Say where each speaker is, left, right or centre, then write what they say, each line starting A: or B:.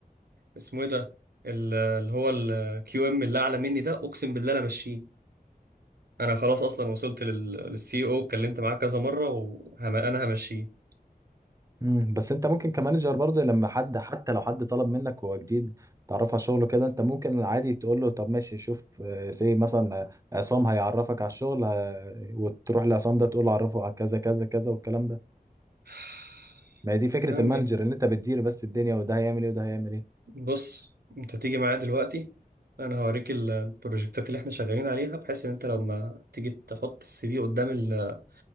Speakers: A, on the right; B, on the right.
A: اسمه ايه ده ال- اللي هو الكيو ام اللي اعلى مني ده اقسم بالله انا ماشيه انا خلاص اصلا وصلت للسي او اتكلمت معاه كذا مره وانا همشيه
B: مم. بس انت ممكن كمانجر برضه لما حد حتى لو حد طلب منك وهو جديد تعرف على شغله كده انت ممكن عادي تقول له طب ماشي شوف آه، سي مثلا آه، عصام هيعرفك على الشغل اه، وتروح لعصام ده تقول له عرفه على كذا كذا كذا والكلام ده
A: <sighs>
B: ما هي دي فكرة
A: يا عم
B: المانجر ان انت بتدير بس الدنيا وده هيعمل ايه وده هيعمل ايه
A: بص انت تيجي معايا دلوقتي انا هوريك ال- البروجكتات اللي احنا شغالين عليها بحيث ان انت لما تيجي تحط السي في قدام ال-